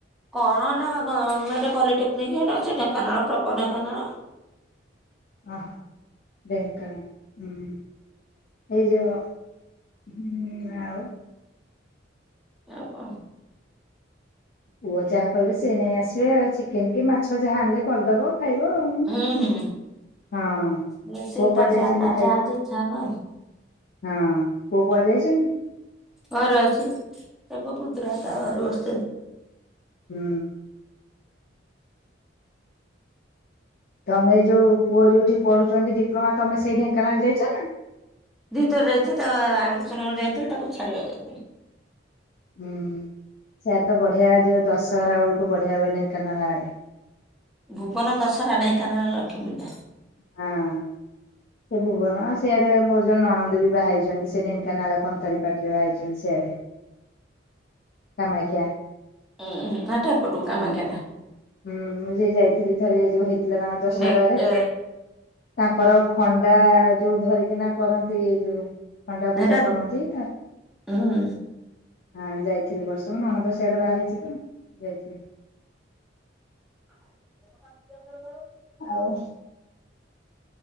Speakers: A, in the centre; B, on the left (about 55°).
A: କଣ ହେଟା ଗ-ଗମେଣ୍ଟେ ପଲିଟେକ୍ନିକ୍ ହେଟା ଅଛି ଢେଙ୍କାନାଳ ପ୍ରପର ଢେଙ୍କାନାଳ।
B: ଓ ହୋ ଢେଙ୍କାନାଳ ହୁଁ। ଏଇ ଯୋଉ ହୁଁ ଆଉ?
A: ଆଉ କଣ?
B: ପୁଅ ଯାହା କହିବେ ସେ ନେଇ ଆସିବେ ଚିକେନ୍ କି ମାଛ ଯାହା ଆଣିଲେ କରିଦବ। ହଁ
A: ହୁଁ
B: ପୁଅ
A: ହୁଁ ହୁଁ। ସେ ତା
B: କୁଆଡ଼େ ଯାଇଛନ୍ତି
A: ଯା ତା
B: ଖାଇକି?
A: ଯାହା ଯେ ଇଚ୍ଛା ହବ ଆଉ
B: ହଁ ପୁଅ କୁଆଡ଼େ ଯାଇଛନ୍ତି?
A: ଘରେ ଅଛି ଏ ମୋ ପୁତୁରାର ତାର
B: ଓହୋ
A: ଘରେ ବସିଛନ୍ତି।
B: ହୁଁ। ତମେ ଏ ଯୋଉ ପୁଅ ଯୋଉଠି ପଢ଼ୁଛନ୍ତି ଡିପ୍ଲୋମା ତମେ ସେଇ ଢେଙ୍କାନାଳ ଯାଇଛ ନା?
A: ଦି ଥର ଯାଇଛି ତା ଆଡମିସନ ବେଳକୁ ଯାଇଥିଲି ତାକୁ ଛାଡ଼ିବାକୁ ଯାଇଥିଲି।
B: ହୁଁ ସେଆଡ଼େ ତ ବଢ଼ିଆ ଯୋଉ ଦଶହରା ବେଳକୁ ବଢ଼ିଆ ହୁଏ ଢେଙ୍କାନାଳ ଆଡ଼େ।
A: ଭୁବନ ଦଶହରା ଢେଙ୍କାନାଳ ଲକ୍ଷ୍ମୀ ପୂଜା।
B: ହଁ। ସେ ଭୁବନ ସେଆଡ଼େ ମୋର ଜଣେ ନଣନ୍ଦ ବି ବାହା ହେଇଛନ୍ତି ସେ ଢେଙ୍କାନାଳ କନ୍ତା ମରୀପାଟିରେ ବାହା ହେଇଛନ୍ତି ସିଆଡ଼େ। କାମାକ୍ଷା।
A: ଉଁ ହୁଁ। <unintelligible> କାମାକ୍ଷାଟା।
B: ହୁଁ ହୁଁ ମୁଁ ଯେ ଯାଇଥିଲି ଥରେ ଏ ଯୋଉ ହେଇ ଥିଲା ତାଙ୍କ ଦଶହରାରେ
A: ଢେ ଏ
B: ତାଙ୍କର ଖଣ୍ଡା ଯୋଉ ଧରିକିନା କରନ୍ତି ଏଇ ଯୋଉ ଖଣ୍ଡା
A: ହେଟା
B: ପୂଜା କରନ୍ତି ତା
A: ହୁଁ
B: ହଁ ଯାଇଥିଲି ଏବର୍ଷ ମୋନଣନ୍ଦ ସିଆଡ଼େ ବାହା ହେଇଚିତ। ଯାଇଥିଲି।
A: <unintelligible>
B: ଆଉ।